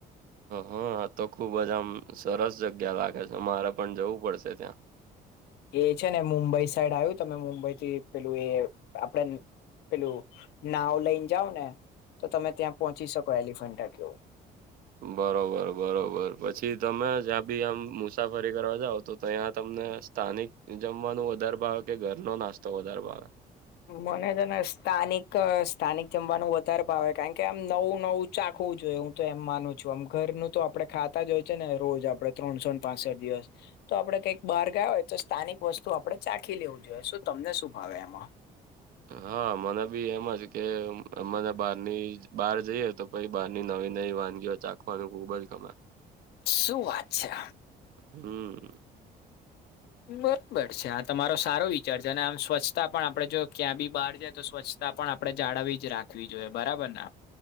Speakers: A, on the right; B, on the left.
A: હા તો ખુબ જજ આમ સરસ જગ્યા લાગે છે મારે પણ જવું પડશે ત્યાં
B: એ છે ને મુંબઈ સાઈડ આવ્યું તમે મુંબઈ થી પેલું એ આપણે પેલું નાવ લઈને જાઓ ને તો તમે ત્યાં પહોંચી શકો એલિફન્ટ કે
A: હમ. બરોબર બરોબર પછી તમે જ્યાં બી આમ મુસાફરી કરવા જાાવ તો ત્યાં તમને સ્થાનિક જમવાનું વધારે ભાવે કે ઘરનો નાસ્તો વધાર ભાવે?
B: મને તો ને સ્થાનિક સ્થાનિક જમવાનું વધારે પાવે કારણ કે આમ નવું નવું ચાખવું જોઈએ હું તો એમ માનું છું આમ ઘરનું તો આપડે ખાતા જ હોય છે ને રોજ આપડણે ત્રણસોને પાસઠ દિવસ. તો આપડે કંઈક બહાર ગયા હોય તો સ્થાનિક વસ્તુ આપડણે ચાખી લેવું જોઈએ. શું તમને શું ભાવે એમાં?
A: હા મને બી એમાં છે કે મને બહારની બહાર જઈએ તો ભાઈ બહારની નવી નવી વાનગીઓ ચાખવાનું ખુબ જ ગમે
B: શું વાત છે.
A: હમ.
B: બરોબર છે આ તમારો સારો વિચાર છે અને આમ સ્વચ્છતા પણ આપડે જો ક્યાં બી બહાર જાય તો સ્વચ્છતા તા પણ આપડણે જાળવવી જ રાખવી જોઈએ બરાબર ને.